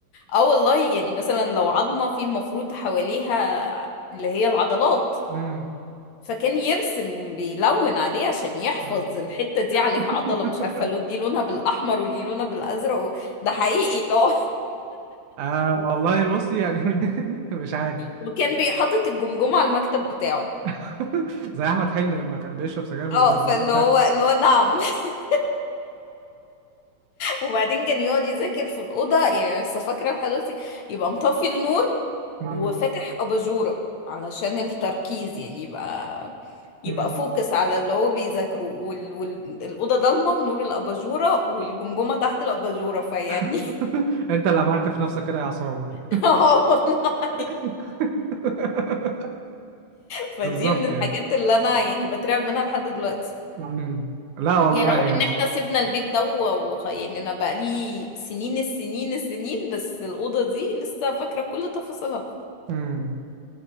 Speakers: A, on the left; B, on the right.
A: اه والله يعني مثلا لو عظمة في المفروض حواليها اللي هي العضلات
B: امم
A: فكان يرسم بيلون عليه عشان يحفظ
B: آه.
A: الحتة دي عليها
B: <laughs>
A: عضلة مش عارفة لون دي لونها بالأحمر ودي لونها بالأزرق و... ده حقيقي لا
B: آه والله بص يعني <laughs> مش عارف
A: وكان بيحطط الجمجمة على المكتب بتاعه
B: <laughs> زي أحمد حلمي لما كان بيشرب سجاير في الجمجمة
A: اه فاللي
B: بتاعته
A: هو اللي هو نعم <laughs> وبعدين كان يقعد يذاكر في الأوضة يعني لسه فاكرة لحد دلوقتي يبقى مطفي النور
B: امم
A: وفاتح أباجورة علشان التركيز يعني يبقى يبقى
B: امم
A: فوكس
B: <laughs>
A: على اللي هو بيذاكره وال... وال... الأوضة ضلمة ونور الأباجورة والجمجمة تحت الأباجورة فيعني
B: <laughs> أنت اللي عملت في نفسك كده يا عصام
A: <laughs> اه والله
B: <laughs>
A: فدي
B: بالظبط
A: من الحاجات
B: يعني
A: اللي أنا يعني بترعب منها لحد دلوقتي
B: مم. لا والله
A: يعني رغم
B: يعني
A: ان احنا سيبنا البيت ده و- وخ... يعني انا بقالي سنين السنين السنين بس الأوضة دي لسه فاكرة كل تفاصيلها
B: امم